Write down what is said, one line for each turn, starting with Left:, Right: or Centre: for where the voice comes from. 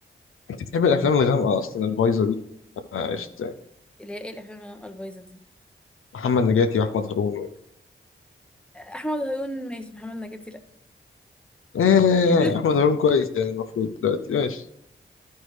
Left: انت بتحب الافلام الغامقه اصلا البايظه دي آه، قشطه يعني
Centre: اللي هي ايه الافلام اللي البايظه دي
Left: محمد نجاتي واحمد هارون و...
Centre: احمد هارون ماشي محمد نجاتي لا
Left: ايه
Centre: <laughs>
Left: احمد هارون كويس يعني المفروض دلوقتي ماشي